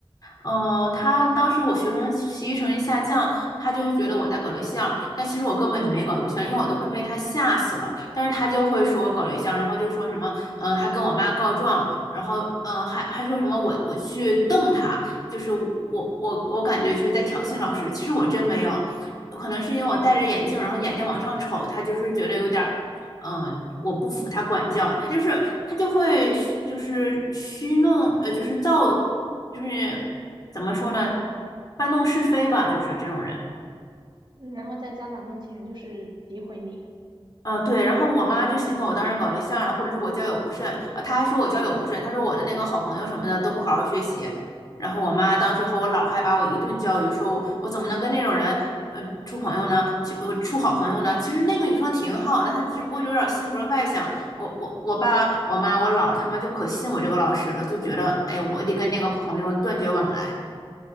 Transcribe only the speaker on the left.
嗯、呃他当时我学生学习成绩下降，他就觉得我在搞对象，但其实我根本就没搞对象，因为我都快被他吓死了。但是他就会说我搞对象，然后就说什么，嗯、还跟我妈告状，然后嗯、呃还还说什么我我去瞪他，就是我我我我感觉就是在挑衅老师，其实我真没有，可能是因为我戴着眼镜，然后眼睛往上瞅，他就是觉得有点儿嗯，我不服他管教，他就是他就会虚就是虚弄，呃，就是造，就是怎么说呢，搬弄是非吧，就是这种人。
嗯，对，然后我妈就寻思我当时搞对象了，或者是我交友不慎啊，她还说我交友不慎，她说我的那个好朋友什么的都不好好学习，然后我妈当时和我姥还把我一顿教育，说我我怎么能跟那种人呃处朋友呢？去呃处好朋友呢？其实那个女生挺好的，她只不过就有点性格外向。我我我爸、我妈、我姥他们就可信我这个老师了，就觉得哎，我得跟那个朋友断绝往来。